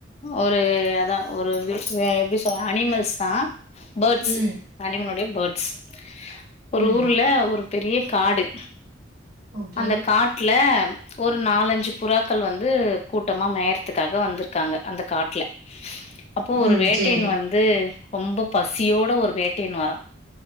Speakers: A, on the left; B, on the right.
A: ஒரு அதா ஒரு விஷ் வே எப்டி சொல்லலா அனிமல்ஸ் தா பேர்ட்ஸ்
B: ம்
A: அனிமலுடைய பேர்ட்ஸ் ஒரு
B: ம்
A: ஊர்ல ஒரு பெரிய காடு
B: ஓகே
A: அந்த காட்டுல ஒரு நாலஞ்சு புறாக்கள் வந்து கூட்டமா மேயறதுக்காக வந்திருக்காங்க அந்த காட்டுல அப்போ ஒரு
B: ம்
A: வேட்டையன்
B: சேரி
A: வந்து ரொம்ப பசியோட ஒரு வேட்டையன் வரான்